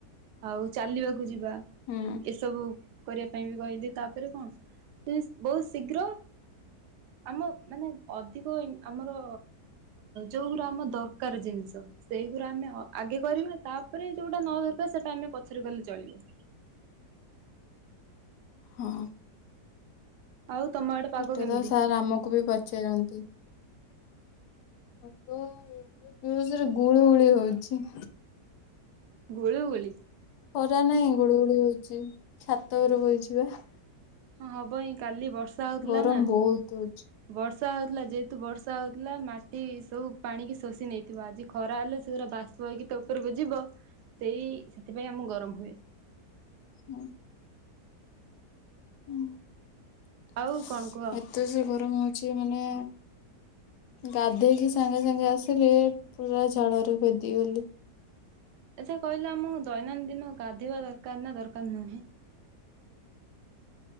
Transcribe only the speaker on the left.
ହୁଁ
ହଁ।
ସେଟା
ତ ସାର୍ ଆମକୁ ବି ପଚାରନ୍ତି? ଏବେ ବୋହୁତ ଜୋର ସୋରେ ଗୁଳୁ ଗୁଳି ହୋଉଚି।
ଖରା ନାହିଁ ଗୁଳ ଗୁଳି ହୋଉଚି ଛାତ ଓପରେ ବଇଚି ପା ।
ଗରମ
ବହୁତ ହଉଛି।
ହଁ। ହୁଁ।
ଅତେ ରୋସେ ଗରମ ହୋଉ ଛି ମାନେ ଗାଧେଇକି ସାଙ୍ଗେ ସାଙ୍ଗେ ଆସିଲି ପୁରା ଝାଳରେ ଭେଦିଗଲି।